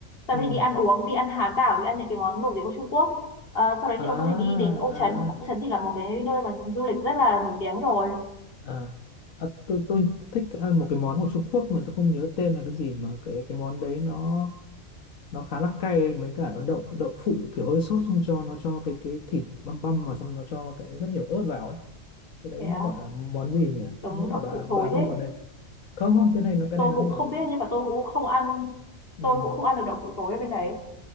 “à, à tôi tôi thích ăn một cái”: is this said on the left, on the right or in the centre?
Left